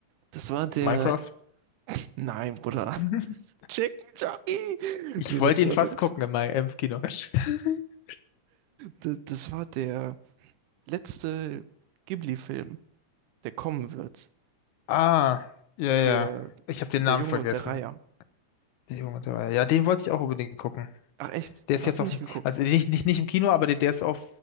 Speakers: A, on the right; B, on the left.
A: Das war der...
B: Minecraft.
A: Nein, Bruder.
B: <laughs>
A: <laughs> Chicken Jockey!
B: Ich
A: Nee,
B: wollte
A: das war
B: ihn fast
A: der...
B: gucken im, Mi- im Kino. <laughs>
A: Das, das war der... letzte Ghibli-Film, der kommen wird.
B: Ah, ja, ja.
A: Der,
B: Ich habe den
A: der
B: Namen
A: Junge
B: vergessen.
A: und der Reiher.
B: Die Jugend- dabei. Ja, den wollte ich auch unbedingt gucken.
A: Ach echt?
B: Der ist
A: Hast
B: jetzt
A: du
B: auf,
A: nicht geguckt?
B: also nicht, nicht, nicht im Kino, aber der, der ist auf